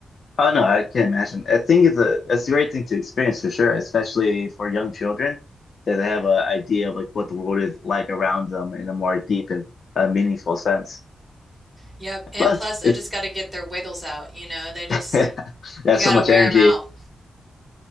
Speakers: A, on the left (about 60°); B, in the centre.
A: Oh no, I can't imagine. I think it's a it's a great thing to experience for sure, especially for young children that they have an idea of like what the world is like around them in a more deep and uh, meaningful sense.
B: Yep, and
A: Plus,
B: plus I
A: it's
B: just got to get their wiggles out, you know. They just
A: <laughs> that's
B: we got
A: so much
B: to wear
A: energy.
B: them out,